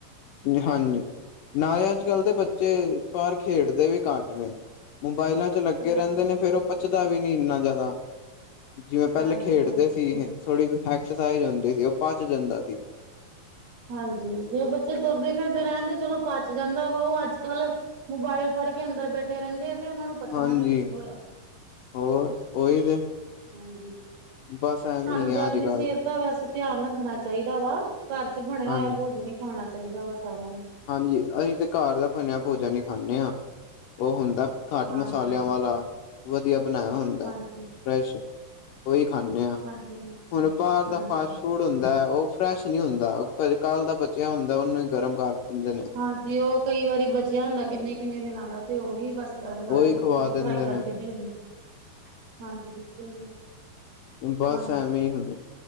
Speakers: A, on the left; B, on the right.
A: ਹਾਂਜੀ। ਨਾਲੇ ਅੱਜ-ਕੱਲ ਦੇ ਬੱਚੇ ਬਾਰ ਖੇਡਦੇ ਵੀ ਘੱਟ ਨੇ। ਮੋਬਾਇਲਾਂ ਚ ਲੱਗੇ
B: ਹਾਂਜੀ
A: ਰੈਂਦੇ
B: ਹਾਂਜੀ
A: ਨੇ ਫੇਰ
B: ਬਿਲਕੁਲ
A: ਓ ਪੱਚਦਾ
B: ਜੀ।
A: ਵੀ ਨੀ ਇੰਨਾ ਜਾਦਾ। ਜਿਵੇਂ ਪੈਲੇ
B: ਹਾਂਜੀ
A: ਖੇਡਦੇ
B: ਹਾਂਜੀ ਬਿਲਕੁਲ।
A: ਸੀ। ਥੋੜੀ ਐਕਸਰਸਾਈਜ਼ ਹੁੰਦੀ ਸੀ, ਓ ਪਚ ਜਾਂਦਾ ਸੀ।
B: ਹਾਂਜੀ। ਜੇ ਬੱਚੇ ਤੁਰਦੇ ਫਿਰਦੇ ਰੈਣ ਤੇ ਚਲੋ ਪਚ ਜਾਂਦਾ ਵਾ। ਓ ਅੱਜ-ਕੱਲ ਮੋਬਾਇਲ ਫੜ ਕੇ ਅੰਦਰ ਬੈਠੇ ਰੈਂਦੇ ਆ ਤੇ ਓਨਾਂ ਨੂੰ ਪਚਣਾ
A: ਹਾਂਜੀ।
B: ਵੀ ਕਿੱਥੋਂ ਆ।
A: ਹੋਰ ਔਈ ਤੇ।
B: ਹਾਂਜੀ।
A: ਬਸ ਐਵੇਂ
B: ਸਾਨੂੰ
A: ਹੀ ਆ
B: ਤੇ
A: ਅੱਜ
B: ਅਪਣੀ
A: ਕੱਲ
B: ਸੇਤ ਦਾ ਵੈਸੇ ਧੇਆਨ ਰੱਖਣਾ ਚਾਈਦਾ ਵਾ। ਘਰ ਚ ਬਣੇਆ
A: ਹਾਂਜੀ।
B: ਹੋਏਆ ਭੋਜਨ ਈ ਖਾਣਾ ਚਾਈਦਾ ਵਾ ਸਾਰੇਆਂ ਨੂੰ।
A: ਹਾਂਜੀ। ਅਹੀ ਤੇ ਘਰ ਦਾ ਬਨੇਆ ਭੋਜਨ ਈ ਖਾਂਨੇ ਆਂ। ਓ ਹੁੰਦਾ ਘੱਟ
B: ਹਾਂਜੀ।
A: ਮਸਾਲੇਆਂ ਵਾਲਾ ਵਧੀਆ ਬਨਾਯਾ ਹੋਂ ਦਾ
B: ਹਾਂਜੀ,
A: ਐ ਫ੍ਰੇਸ਼ ਓਈ ਖਾਂਨੇ ਆਂ।
B: ਹਾਂਜੀ, ਹਾਂਜੀ,
A: ਹੁਨ ਬਾਰ ਦਾ
B: ਹਾਂਜੀ।
A: ਫਾਸਟ ਫੂਡ ਹੁੰਦਾ ਐ। ਓ ਫਰੈਸ਼ ਨੀ ਹੁੰਦਾ ਓ ਕ ਕੱਲ ਦਾ ਬਚੇਆ ਹੁੰਦਾ ਓਨੂੰ ਈ ਗਰਮ ਕਰ ਦੇਂਦੇ ਨੇ।
B: ਹਾਂਜੀ। ਓ ਕਈ ਵਾਰੀ ਬਚੇਆ ਹੁੰਦਾ ਕਿੰਨੇ ਕਿੰਨੇ ਦਿਨਾਂ ਦਾ ਤੇ ਓਹੀ ਬਸ ਗਰਮ ਕਰਕੇ
A: ਉਹੀ
B: ਫੇਰ
A: ਖਵਾ ਦਿੰਦੇ
B: ਫਰਾਈ ਕਰਕੇ
A: ਨੇ
B: ਦੇ ਦੇਂ। ਹਾਂਜੀ ਬਿਲਕੁਲ ਜੀ।
A: ਬਸ
B: ਹਾਂਜੀ
A: ਐਵੇਂ ਈ ਹੁੰ।